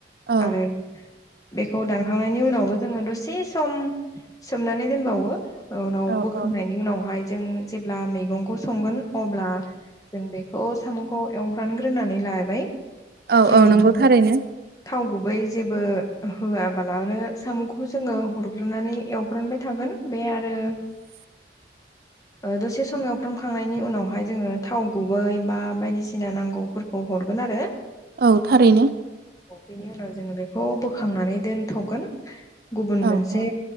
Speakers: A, on the right (about 55°); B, on the left (about 20°).
A: औ
B: आरो बेखौ दानखांनायनि उनावबो जोङो दसे सम सोमनानै दोनबावो। उनाव
A: औ
B: बोखांनायनि
A: औ
B: उनावहाय जों जेब्ला मैगंखौ संगोन अब्ला जों बे खौ साम'खौ एवग्रानग्रोनानै लाबाय
A: औ
B: गिबियावनो
A: औ नंगौ थारैनो।
B: थाव गुबै जेबो होआबालानो साम'खौ जोङो हरग्रोनानै एवफ्रानबाय थागोन बे आरो दसे सम एवफ्रामखांनायनि उनावहाय जोङो थाव गुबै बा बायदिसिना नांगौफोरखौ हरगोन आरो।
A: औ थारैनो।
B: बेनि उनाव जोङो बेखौ बोखांनानै दोनथ'गोन गुबुन
A: औ
B: मोनसे
A: औ